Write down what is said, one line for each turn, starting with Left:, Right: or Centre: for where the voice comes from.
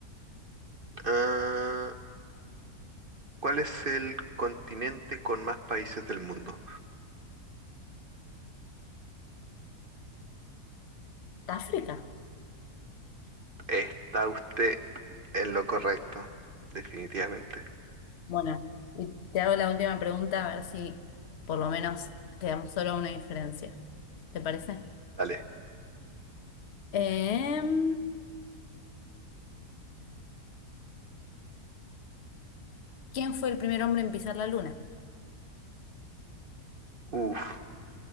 Right: Ah, ¿cuál es el continente con más países del mundo?
Left: África.
Right: Está usted en lo correcto, definitivamente.
Left: Bueno, y te hago la última pregunta a ver si por lo menos quedamos solo a una diferencia. ¿Te parece?
Right: Dale.
Left: Em, ¿Quién fue el primer hombre en pisar la luna?
Right: Uf,